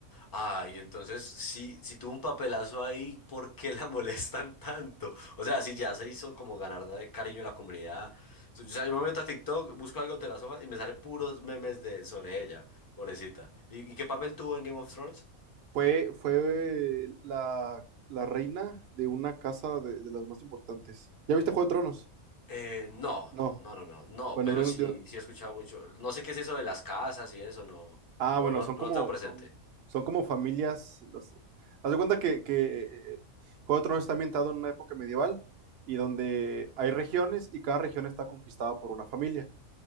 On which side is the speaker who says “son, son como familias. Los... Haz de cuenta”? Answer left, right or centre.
Right